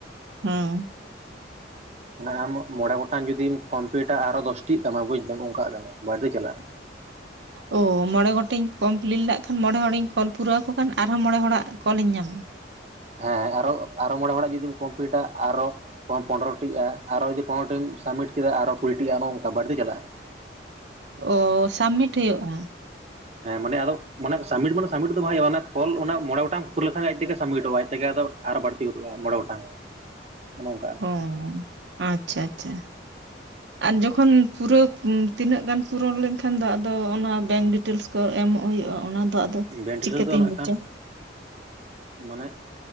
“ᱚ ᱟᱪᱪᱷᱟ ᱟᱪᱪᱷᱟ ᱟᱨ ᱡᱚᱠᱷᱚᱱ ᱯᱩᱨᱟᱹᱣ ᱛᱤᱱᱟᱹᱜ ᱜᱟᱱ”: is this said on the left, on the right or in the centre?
Right